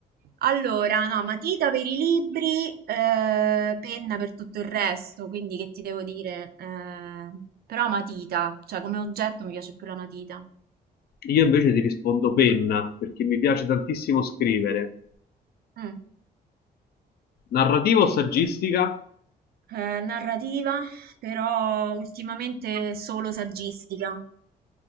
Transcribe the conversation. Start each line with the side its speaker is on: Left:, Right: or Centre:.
Right: Allora, no, matita per i libri, eh, penna per tutto il resto, quindi che ti devo dire? Eh, però matita, cioè come oggetto mi piace più la matita.
Left: Io invece ti rispondo penna, perché mi piace tantissimo scrivere.
Right: Mm.
Left: Narrativa o saggistica?
Right: eh, narrativa, però ultimamente solo saggistica.